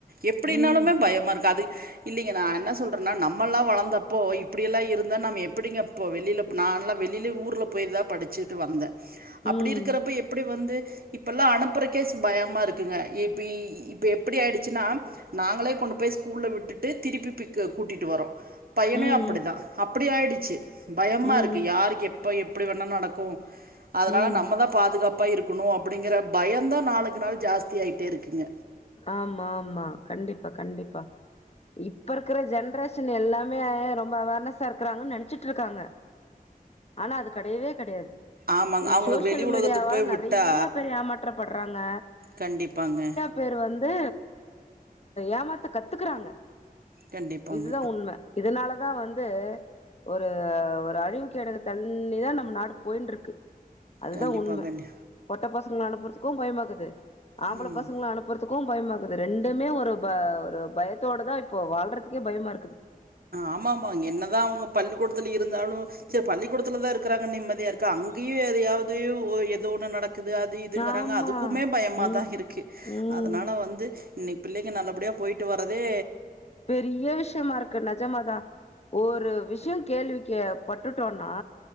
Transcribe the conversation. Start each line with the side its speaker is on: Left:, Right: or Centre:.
Right: எப்புடினாலுமே
Left: ம்
Right: பயமா இருக்கு அது இல்லீங்க நா என்ன சொல்றேன்னா நம்மல்லா வளந்தப்போ இப்படியெல்லா இருந்தா நம்ம எப்டிங்க இப்போ வெளில நான் எல்லாம வெளில ஊர்ல போய்தா படிச்சிட்டு வந்த அப்புடி
Left: ம்
Right: இருக்கறப்ப எப்புடி வந்து இப்பெல்லா அனுப்பறக்கே ஸ் பயமா இருக்குங்க இப்ப இப்ப எப்டி ஆயிடுச்சுன்னா நாங்களே கொண்டு போய் ஸ்கூல்ல விட்டுட்டு திருப்பி பிக் கூட்டிட்டு வர்றோ பையன
Left: ம்
Right: அப்டிதா அப்புடி ஆயிடுச்சு பயமா
Left: ம்
Right: இருக்கு
Left: ம்
Right: யாருக்கு எப்போ எப் ப்டி வேண நடக்கு அதனால
Left: ம்
Right: நம்மதா பாதுகாப்பா இருக்கணு அப் டிங்கற பயந்தா நாளுக்கு நாள் ஜாஸ்தி ஆய்ட்டே இருக்குங்க
Left: ஆமா ஆமா கண்டிப்பா கண்டிப்பா இப்ப இருக்கற ஜென்ரேஷன் எல்லாமே ரொம்ப அவேர்னஸ்ஸா இருக்கறாங்கன்னு நெனச்சிட்ருக்காங்க ஆனா அது கெடையவே கெடையாது
Right: ஆமாங்க அவங்களுக்கு
Left: சோசியல்
Right: வெளி உலகத்துக்கு
Left: மீடியாவால
Right: போய்
Left: நறைய
Right: விட்டா
Left: பேர் ஏமாற்றப்பட்றாங்க
Right: கண்டிப்பாங்க
Left: பேர் வந்து ஏமாத்த கத்துக்கிறாங்க
Right: கண்டிப்பாங்க
Left: இதுதா உண்ம இதனாலதா வந்து ஒரு ஒரு அழிவுக்கடக தண்ணி தா நம்ம நாடு போயின்றுக்கு அதுதா
Right: கண்டிப்பா
Left: உண்ம
Right: கண்டி
Left: பொட்டை பசங்கிள அனுப்புற்துக்கு பயமாக்கிது ஆம்பள
Right: ம்
Left: பசங்கள அனுப் பற்துக்கு பயமாக்குது ரெண்டுமே ஒரு ப ஒரு பயத்தோட தா இப்போ வாழ்றதுக்கே பயமா இருக்குது
Right: ஆமாமா அங்க என்னதா அவுங்க பள்ளிக்கூடத்துல இருந்தாலு சரி பள்ளிக்கூடத்துல தா இருக்கிறாங்கன் நிம்மதியா இருக்கா அங்கயு எதையாவது ஒ எதோ ஒண்ணு நடக்குது அ து இதுங்கிறாங்க
Left: ஆமா
Right: அதுக்குமே பயமா
Left: ம்
Right: தா இருக்கு
Left: ம்
Right: அதனால வந்து இன்னிக் பிள்ளைங்க நல்லபடியா போயிட்டு வர்றதே
Left: பெரிய விஷயமா இருக்கு நெஜமா தா ஒரு விஷ்யோ கேள்விக்கே பட்டுட்டோனா